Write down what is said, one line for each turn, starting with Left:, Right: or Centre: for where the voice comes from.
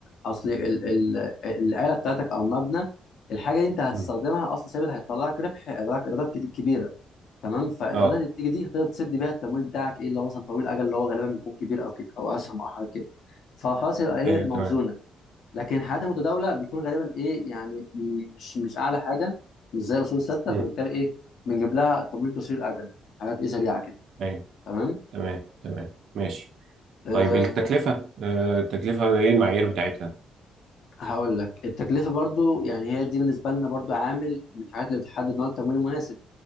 Left: اصل ال ال الاله بتاعتك او المبنى الحاجه دي انت هتستخدمها
Right: مم.
Left: اصل ثابت هيطلع لك ربح هيطلع لك ايرادات كتير- كبيره تمام فالايرادات
Right: اه
Left: اللي بتيجي دي تقدر تسد بيها التمويل بتاعك ايه اللي هو مثلا طويل الاجل اللي هو غالبا بيكون كبير او كده او اسهم او حاجات كده فخلاص يبقى ايه
Right: ايوه
Left: موزونه
Right: تمام
Left: لكن الحالات المتداوله بيكون غالبا ايه يعني م- مش مش اعلى حاجه مش زي اصول ثابته
Right: مم.
Left: فبالتالي ايه بنجيب لها تمويل قصير الاجل حاجات ايه سريعه كده
Right: ايوه
Left: تمام
Right: تمام تمام ماشي
Left: أه
Right: طيب التكلفه آه، التكلفه ايه المعايير بتاعتها
Left: هقول لك التكلفه برضو يعني هي دي بالنسبه لنا برضو عامل من الحاجات اللي بتحدد نوع التمويل المناسب